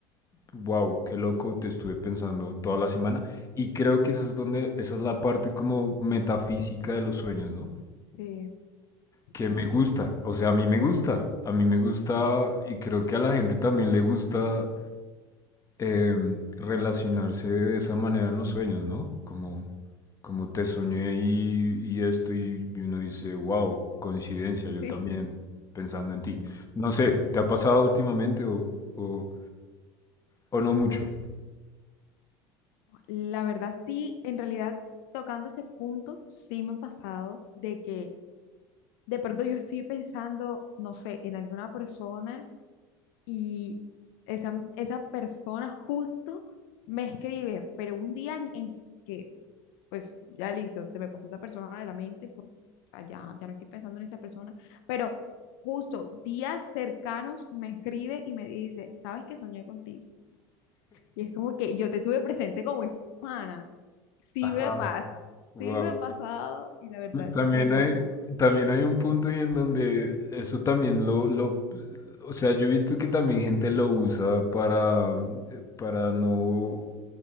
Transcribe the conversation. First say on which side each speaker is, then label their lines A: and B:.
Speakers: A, on the left; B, on the left.
A: wow, qué loco, te estuve pensando toda la semana y creo que esa es donde, esa es la parte como metafísica de los sueños, ¿no?
B: sí,
A: que
B: sí.
A: me gusta, o sea, a mí me gusta, a mí me gusta y creo que a la gente también le gusta em, relacionarse de esa manera en los sueños, ¿no? Como, como te soñé y, y esto y, y uno dice, wow, coincidencia, yo
B: sí.
A: también pensando en ti. No sé, ¿te ha pasado últimamente o, o, o no mucho?
B: La verdad, sí, en realidad, tocando ese punto, sí me ha pasado de que de pronto yo estoy pensando, no sé, en alguna persona y esa, esa persona justo me escribe, pero un día en, en que, pues ya listo, se me pasó esa persona de la mente, por- o sea, ya, ya no estoy pensando en esa persona, pero justo días cercanos me escribe y me dice, ¿sabes que soñé contigo? Y es como que yo te tuve presente como hermana. Sí
A: Ajá.
B: me pasa,
A: Wow.
B: sí me ha pasado y la verdad es
A: también
B: súper loco.
A: hay, también hay un punto y en donde eso también lo, lo, o sea, yo he visto que también gente lo usa para, eh, para no,